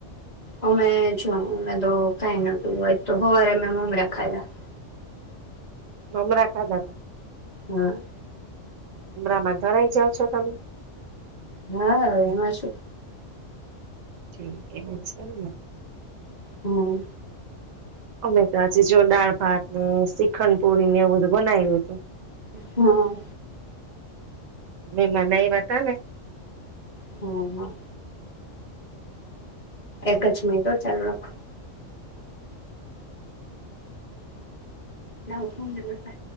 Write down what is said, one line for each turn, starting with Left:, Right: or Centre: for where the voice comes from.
Left: અમે જો અમે તો કઈ નોતું હોય તો હોવારે મે મમરા ખાયા.
Right: મમરા ખાધા?
Left: હા
Right: ઉમરાહમાં ધરાઈ જાઓ છો તમે?
Left: હા એમાં છ
Right: જી. એવું છેમ‌ ને.
Left: હમ
Right: અમે તો આજે જો દાળ ભાત ને સીખંડપુરી ને એવું બધું બનાય્વુ.
Left: હાં.
Right: મેમાન આયવા તા ને.
Left: હં આ એક જ મિનિટ‌ હો‌ ચાલુ રાખો. નવ ભૂ <unintelligible>